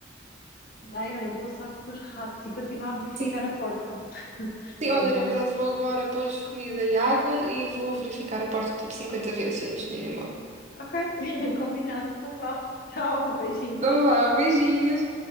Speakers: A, on the left; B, on the right.
A: Ai, olha, boa sorte com os ratos e continuo a verificar
B: Sim.
A: a porta <laughs>
B: Sim,
A: lá
B: olha,
A: do.
B: na verdade vou agora pôr comida e água e vou verificar a porta tipo 50 vezes antes de me ir embora.
A: Ok, <laughs> combinado, então vá. Tchau, beijinho.
B: Então vá, beijinhos.